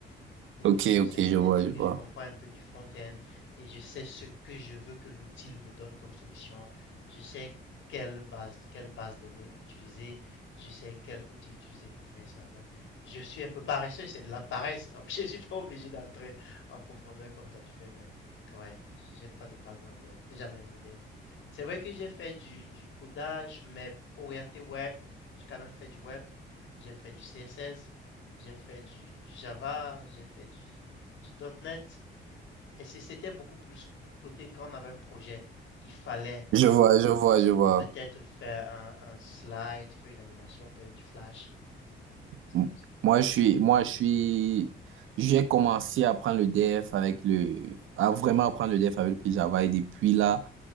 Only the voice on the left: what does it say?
Dès
que je sais,
dès,
dès que
je comprends un peu du front-end et je sais ce que je veux que l'outil me donne comme solution, je sais quelle base, quelle base données utiliser, je sais quel outil utiliser pour faire ça. Donc, je suis un peu paresseux, c'est de la paresse. Donc, <laughs> je suis pas obligé d'entrer en profondeur comme toi tu fais, mais ouais, j'ai pas de background dev, j'ai jamais aimé le dev. C'est vrai que j'ai fait du, du codage, mais orienté web, j'ai quand même fait du web, j'ai fait du CSS, j'ai fait du, du Java, j'ai fait du, du .NET, mais c'était beaucoup plus côté quand on avait un projet et qu'il fallait
peut-être faire un, un slide, faire une animation, prendre du flash pour le faire. C'est
un peu ça.